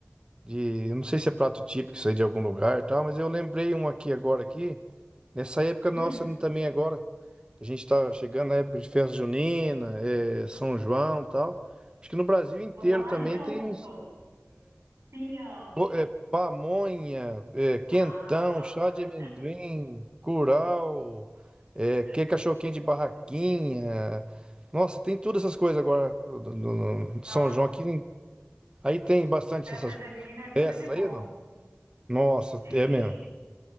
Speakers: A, on the right (about 20°); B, on the right (about 85°).
A: de- eu não sei se é prato típico, isso aí de algum lugar e tal, mas eu lembrei um aqui agora aqui, nessa época
B: Hum,
A: nossa também agora, a gente está chegando na época de festa junina, é, São João e tal. Acho que no Brasil inteiro
B: vou falar
A: também
B: junto.
A: tem uns
B: Pinhão.
A: pô, é, pamonha, é, quentão,
B: Ah, favor.
A: chá de amendoim, curau, é, que cachorro de barraquinha. Nossa, tem todas essas coisas agora no, no- no
B: Nossa,
A: São João aqui. Aí tem bastante
B: festa
A: essas
B: junina é tudo
A: peças
B: de bom.
A: aí, não? Nossa,
B: Tem,
A: é mesmo.